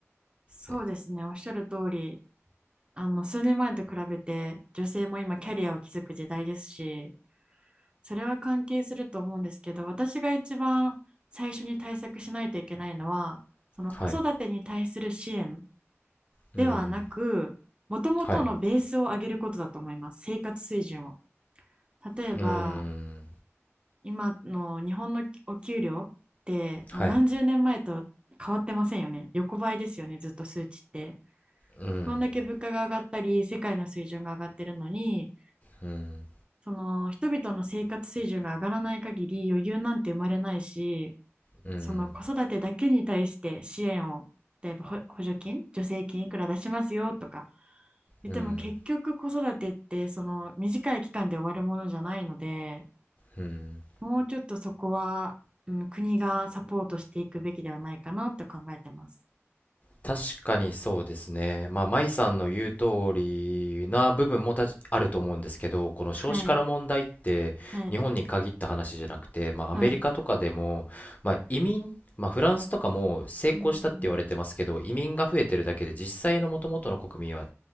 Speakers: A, on the right; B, on the left.
A: そうですね。
B: ね。
A: おっしゃる通り、あの数年前と比べて女性も今キャリアを築く時代ですしそれは関係すると思うんですけど私が一番最初に対策しないといけないのはその子育てに対する支援
B: はい。うん。
A: ではなくもともとのベースを上げることだと思います生活水準を
B: はい。
A: 例えば
B: うん。
A: 今の日本のお給料ってもう何十年前と変わってませんよね横ばいですよねずっと数値って
B: はい。うん。
A: こんだけ物価が上がったり世界の水準が上がってるのに
B: うん。
A: その人々の生活水準が上がらない限り余裕なんて生まれないし、
B: うん。
A: その子育てだけに対して支援を、例えばほ補助金、助成金いくら出しますよとか言っても結局子育てってその短い期間で終わるものじゃないので、
B: うん。うん。
A: もうちょっとそこは、うん、国がサポートしていくべきではないかなって考えてます。
B: 確かにそうですね。まあ、舞さんの言う通りな部分もたしあると思うんですけど、この少子化の問題って日本に限った話じゃなくて、
A: はい、はい、
B: まあ、
A: はい。
B: アメリカとかでも、まあ、移民、まあ、フランスとかも成功したって言われてますけど、
A: うん、
B: 移民が増えてるだけで実際の元々の国民は